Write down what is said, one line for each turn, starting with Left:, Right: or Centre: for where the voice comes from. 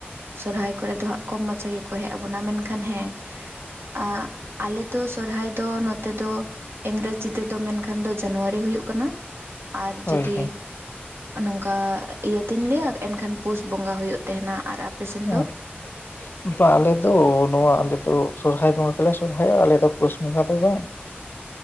Right: ᱥᱚᱨᱦᱟᱭ ᱠᱚᱨᱮ ᱫᱚ ᱦᱟᱸᱜ ᱠᱚᱢ ᱢᱟᱪᱷᱟ ᱜᱮᱠᱚ ᱦᱮᱡ ᱟᱵᱚᱱᱟ ᱢᱮᱱᱠᱷᱟᱱ ᱦᱮᱸ ᱟᱸ ᱟᱞᱮᱫ ᱫᱚ ᱥᱚᱨᱦᱟᱭ ᱫᱚ ᱱᱚᱛᱮ ᱫᱚ ᱤᱝᱨᱮᱡᱤ ᱛᱮᱫᱚ ᱢᱮᱱᱠᱷᱟᱱ ᱫᱚ ᱡᱟᱱᱩᱣᱟᱨᱤ ᱦᱩᱭᱩᱜ ᱠᱟᱱᱟ ᱟᱨ
Left: ᱦᱳᱭ
Right: ᱡᱩᱫᱤ
Left: ᱦᱳᱭ
Right: ᱱᱚᱝᱠᱟ ᱤᱭᱟᱹᱛᱤᱧ ᱞᱟᱹᱭᱟ ᱮᱱᱠᱷᱟᱱ ᱯᱩᱥ ᱵᱚᱸᱜᱟ ᱦᱩᱭᱩᱜ ᱛᱟᱦᱮᱱᱟ ᱟᱨ ᱟᱯᱮ ᱥᱮᱱ
Left: ᱦ <unintelligible>
Right: ᱫᱚ
Left: ᱵᱟᱝ ᱟᱞᱮᱚ ᱱᱚᱣᱟ ᱟᱞᱮᱚ ᱥᱚᱨᱦᱟᱭ ᱵᱚᱸᱜᱟ ᱜᱮᱞᱮ ᱥᱚᱨᱚᱦᱟᱭᱚᱜ ᱟᱞᱮ ᱫᱚ ᱯᱩᱥ ᱵᱚᱸᱜᱟ ᱫᱚ ᱵᱟᱝ <inaudible>